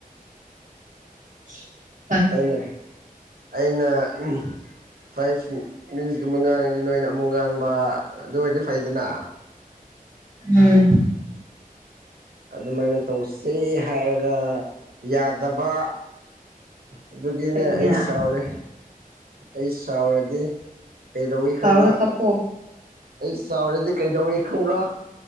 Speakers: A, on the right; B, on the right.
A: <inaudible>
B: ꯑꯩꯅ ꯑꯩꯅ ꯎꯝ ꯐꯥꯏꯚ ꯃꯤꯟꯠꯁꯀꯨꯝꯕ ꯉꯥꯡꯉꯗꯤ ꯅꯣꯏꯅ ꯑꯃꯨꯛ ꯉꯥꯡꯕ ꯑꯗꯨ ꯑꯣꯏꯔꯗꯤ ꯐꯩꯗꯅ
A: ꯎꯝ
B: ꯑꯗꯨꯃꯥꯏꯅ ꯇꯧꯁꯤ ꯍꯥꯏꯔꯒ ꯌꯥꯗꯕ ꯑꯗꯨꯒꯤꯅꯦ
A: ꯀꯩꯅꯦ
B: ꯑꯩ ꯁꯥꯎꯔꯦ ꯑꯩ ꯁꯥꯎꯔꯗꯤ ꯀꯩꯗꯧꯋꯤ ꯈꯪꯕ꯭ꯔꯥ
A: ꯁꯥꯎꯔꯒ ꯀꯞꯄꯣ
B: ꯑꯩ ꯁꯥꯎꯔꯗꯤ ꯀꯩꯗꯧꯋꯤ ꯈꯪꯕ꯭ꯔꯥ